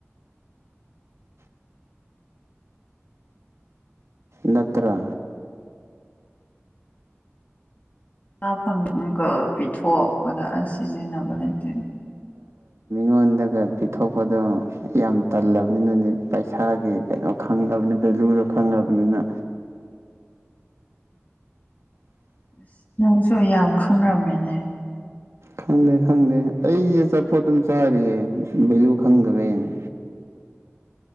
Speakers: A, on the right (about 75°); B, on the left (about 35°).
A: ꯅꯠꯇ꯭ꯔꯥ
B: ꯉꯥꯐꯝꯪꯒ ꯄꯤꯊꯣꯛꯄꯗ ꯁꯤꯖꯤꯟꯅꯕ ꯂꯩꯇꯦꯅꯤ
A: ꯑꯩꯉꯣꯟꯗꯒ ꯄꯤꯊꯣꯛꯄꯗꯣ ꯌꯥꯝ ꯇꯜꯂꯕꯅꯤꯅꯗꯤ ꯄꯩꯁꯥꯒꯤ ꯀꯩꯅꯣ ꯈꯪꯉꯕꯅꯤ ꯂꯨꯗꯣ ꯈꯪꯉꯕꯅꯤꯅ
B: <unintelligible> ꯑ ꯅꯪꯁꯨ ꯌꯥꯝ ꯈꯪ꯭ꯔꯝꯃꯤꯅꯦ
A: ꯈꯪꯗꯦ ꯈꯪꯗꯦ ꯑꯩꯁ ꯑꯆꯥꯄꯣꯠ ꯑꯗꯨꯝ ꯆꯥꯔꯤꯌꯦ ꯚꯦꯂꯨ ꯈꯪꯗꯕꯩꯅꯦ
B: <unintelligible>